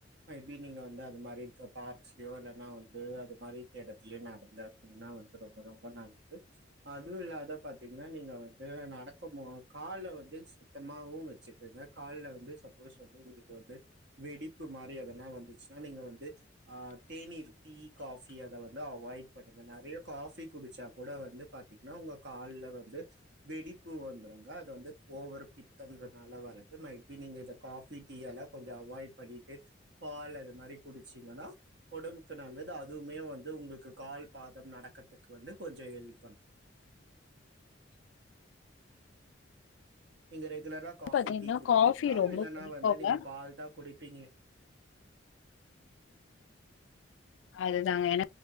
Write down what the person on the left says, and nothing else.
பாத்தீங்கன்னா
காஃபி ரொம்ப
புடிக்குங்க
அதுதாங்க என